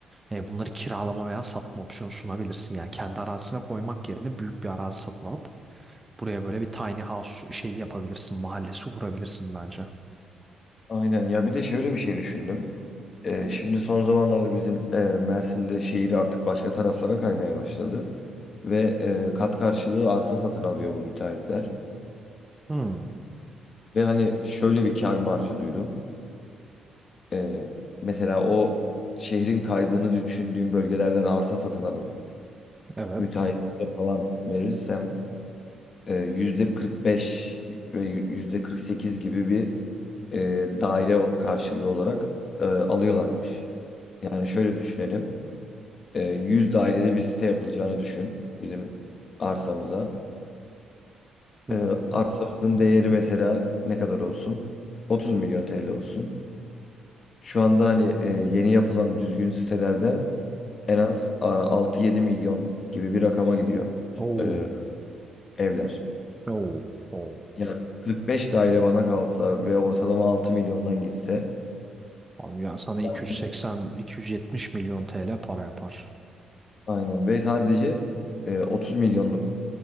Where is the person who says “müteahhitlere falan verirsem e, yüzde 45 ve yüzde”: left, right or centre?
Left